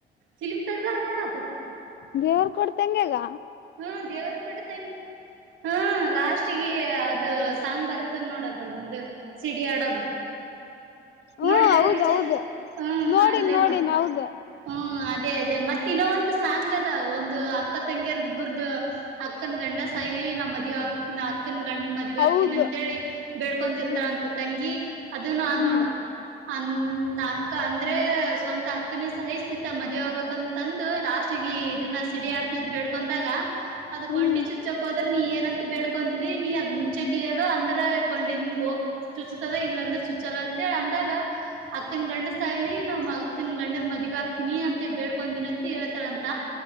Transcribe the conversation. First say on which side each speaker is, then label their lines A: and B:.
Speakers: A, on the right; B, on the left.
A: ಫಿಲಿಮ ತಗದಾರ ನೋಡತ
B: ದೇವ್ರ ಕೊಡ್ತಂಗಗೆಗ
A: ಹ್ಮ ದೇವರು ಕೊಟ್ಟ ತಂಗ ಹಾ ಲಾಸ್ಟ್ಗ ಅದು ಸಾಂಗ್ ಬರುತ್ತ ನೋಡದ್ರ ಒಂದು ಸಿಡಿ ಆಡೋದು
B: ಹ್ಮ
A: ನೋಡಿದ
B: ಹೌದೌದು
A: ಪಿಚರ್ ಹ್ಮ
B: ನೋಡಿನ್
A: ಅಲ್ಲೇ
B: ನೋಡಿನ್
A: ನೋಡ್
B: ಹೌದು
A: ಹ್ಮ ಅದೇ ಅದೇ ಮತ್ತ ಇನ್ನೊ ಒಂದು ಸಾಂಗ್ ಅದ ಒಂದು ಅಕ್ಕ ತಂಗಿಯರದ ಅಬರ್ದ ಅಕ್ಕನ ಗಂಡ ಸಾಯಲಿ ನಮ್ಮ ಮದ ಅಕ್ಕನ್ ಗಂಡನ್ ಮದವಿ
B: ಹೌದು
A: ಆಕ್ತನ ಅಂತೇಳಿ ಬೇಡ್ಕೊಂಡಿರ್ತಾಳಂತ
B: ಹ್ಮ್
A: ತಂಗಿ ಅದನು ಆದ್
B: ಹ್ಮ್
A: ನೋಡು ಅ ನಾಕ ಅಂದ್ರೆ ಸ್ವಂತ ಅಕ್ಕನೇ ಸಹಿಸ್ತಿತ್ತ ಮದ್ೆ ಹೋಗಬಬೇಕ ಅಂತಂದು ಲಾಸ್ಟ್ಗ ಇದನ್ನ ಸಿಡಿ ಆಡ್ತ ಬೇಡ್ಕೊಂಡಾಗ ಅದು
B: ಹ್ಮ್
A: ಕೊಂಡಿ ಚುಚ್ಚಕೋ ಅಂದ್ರೆ ನೀ ಏನಂತ ಬೇಡ್ಕೊಂತಿದಿ ನೀ ಅದ ಮುಂಚೆೇಳು ಅಂದ್ರೆ ಕೊಂಡಿದ್ದಿನ್ಗ ಹೋಗ್ ಚುಚ್ತದ ಇಲ್ಲಾಂದ್ರೆ ಚುಚ್ಚಲ ಅಂತ ಅಂದಾಗ ಅಕ್ಕನ ಗಂಡ ಸಾಯಲಿ ನಮ್ಮ್ ಅಕ್ಕನ ಗಂಡನ್ ಮದ್ವಿ ಆಗ್ತೀನಿ ಅಂತ ಬೇಡ್ಕೊ ದಿನ ಅಂತ ಹೇಳ್ತಾಳಂತ